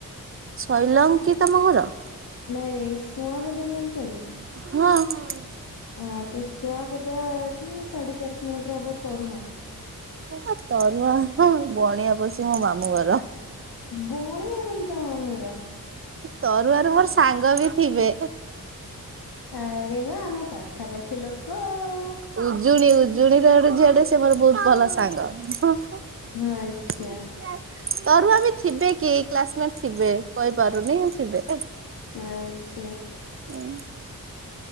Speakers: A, on the right (about 40°); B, on the left (about 85°).
A: ସୈଲଙ୍ଗ କି ତମ ଘର?
B: ନାଇଁ ନାଇଁ ସୁଆଁବଦା ଜାଣିଛନ୍ତି?
A: ହଁ, ହଁ।
B: ଅ ତ ସୁଆଁପଦା ଠୁ ସାଢେ ଚାରି କିଲୋମିଟର ହବ ତରୁଆଁ।
A: ଓ ତରୁଆଁ, ବଣିଆଁପଶି ମୋ ମାମୁଁ ଘର।
B: ଗଣିଆଁପଶି ତମ ମାମୁଁ ଘର?
A: ତରୁଆଁରେ ମୋର ସାଙ୍ଗ ବି ଥିବେ
B: ଆରେ ବା ଆମ ପାଖାପାଖି ଲୋକ, ଆଉ।
A: ଉଜୁଣୀ ଉଜୁଣୀ ରେ ଗୋଟେ ଝିଅଟେ ସେ ମୋର ବହୁତ ଭଲ ସାଙ୍ଗ। <unintelligible>
B: ଆଚ୍ଛା
A: ତରୁଆଁ ରେ ଥିବେ କିଏ କ୍ଲାସମେଟ୍ ଥିବେ କହିପାରୁନି ଥିବେ।
B: ଆଚ୍ଛା।
A: ହୁଁ।